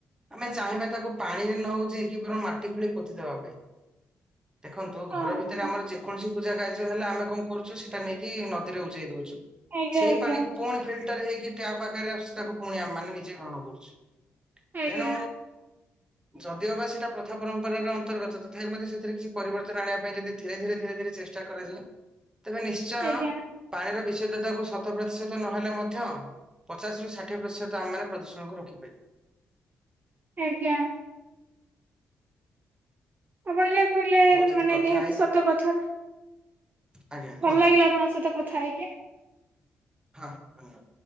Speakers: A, on the right (about 15°); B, on the right (about 40°).
A: ଆମେ ଚାହିଁବା ତାକୁ ପାଣିରେ ନ ହଉଛି କି ମାଟି ଖୋଳି ପୋ ପୋତି ଦେବାପାଇଁ ଦେଖନ୍ତୁ
B: ହଁ
A: ଘର ଭିତରେ
B: ହଁ
A: ଆମର ଯେକୌଣସି ପୂଜା କାର୍ଯ୍ୟ ହେଲେ ଆମେ କଣ କରୁଛୁ ସେଇଟା ନେଇକି ନଦୀରେ ଉଜେଇ ଦଉଛୁ।
B: ଆଜ୍ଞା
A: ସେଇ
B: ଆଜ୍ଞା
A: ପାଣି ପୁଣି ଫିଲଟର ହେଇକି ଟ୍ୟାପ ଆଗରେ ଆସୁଛି ତାକୁ ପୁଣି ଆମେ ମାନେ ନିଜେ ଗ୍ରହଣ କରୁଛୁ।
B: ଆଜ୍ଞା
A: ତେଣୁ ଯଦିଓ ବା ସେଟା ପ୍ରଥା ପରମ୍ ଅନ୍ତର୍ଗତ ତଥାପି ମଧ୍ୟ ସେଥିରେ କିଛି ପରିବର୍ତ୍ତନ ଆଣିବା ପାଇଁ ଯଦି ଧୀରେ ଧୀରେ ଧିରେ ଧିରେ ଚେଷ୍ଟା କରାଯାଏ ତେବେ ନିଶ୍ଚୟ
B: ଆଜ୍ଞା
A: ପାଣିର ବିଶଦ୍ଧତାକୁ ଶତ ପ୍ରତିଶତ ନହେଲେ ମଧ୍ୟ ପଚାଶରୁ ଷାଠିଏ ପ୍ରତିଶତ ଆମମାନେ ପ୍ରଦୂଷଣକୁ ରଖିପାରିବା।
B: ଆଜ୍ଞା। ଆପଣ ଯାହା କହିଲେ
A: ମୋ ଯଦି
B: ମାନେ
A: କଥା
B: ନିହାତି
A: ହେଇ
B: ସତ କଥା।
A: ଆଜ୍ଞା
B: ଭଲ
A: କୁହନ୍ତୁ
B: ଲାଗିଲା ଆପଣଙ୍କ ସହିତ କଥା ହେଇକି।
A: ହଁ ଧନ୍ୟବା